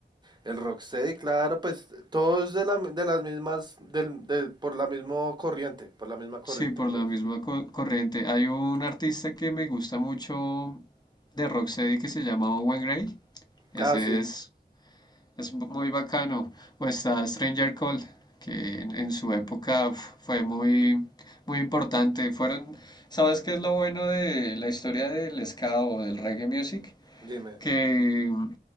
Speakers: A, on the right; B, on the left.
A: el rocksteady, claro, pues todos de, la, de las mismas, del, de- por la misma corriente, por la misma corriente,
B: Sí, por
A: por
B: la
A: así.
B: misma co- corriente. Hay un artista que me gusta mucho de rocksteady que se llama Owen Gray. Ese
A: Ah, sí,
B: es Es muy bacano. O está Stranger Call, que en, en su época uf, fue muy, muy importante. Fueron, ¿sabes qué es lo bueno de la historia del ska o del reggae music?
A: dime.
B: Que mm,